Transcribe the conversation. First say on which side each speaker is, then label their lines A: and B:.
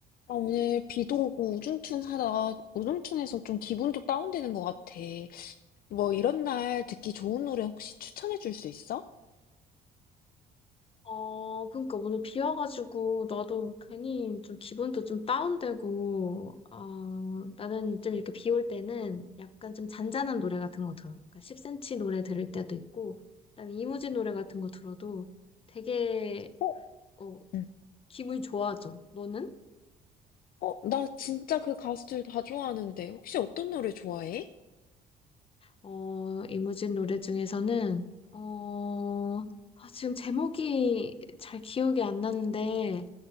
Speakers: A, on the left (about 60°); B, on the left (about 35°).
A: 아, 오늘 비도 오고 우중충하다. 우중충해서 좀 기분도 다운되는 것 같아. 뭐 이런 날 듣기 좋은 노래 혹시 추천해 줄 수 있어?
B: 어, 그러니까 오늘 비 와가지고 나도 괜히 좀 기분도 좀 다운되고, 어, 나는 좀 이렇게 비 올 때는 약간 좀 잔잔한 노래 같은 거 들어. 그러니까 10cm 노래 들을 때도 있고, 그다음에 이무진 노래 같은 거 들어도 되게
A: 어?
B: 어,
A: 응.
B: 기분이 좋아져. 너는?
A: 어, 나 진짜 그 가수들 다 좋아하는데. 혹시 어떤 노래 좋아해?
B: 어, 이무진 노래 중에서는 어, 아, 지금 제목이 잘 기억이 안 나는데,